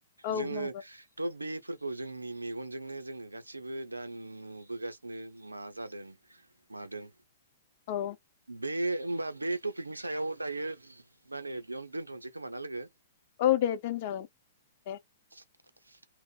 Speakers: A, on the left (about 45°); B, on the right (about 80°).
A: औ
B: जोङो
A: नंगौ
B: थ बेफोर । खौ जोंनि मेगनजोंनो जोङो गासिबो दा नुबोगासिनो मा जादों मादों
A: औ
B: बे होमबा बे टपिकनि सायाव दायो माने बेयावनो दोनथनोसै खोमा ना लोगो
A: औ दे दोनजागोन दे
B: <inaudible>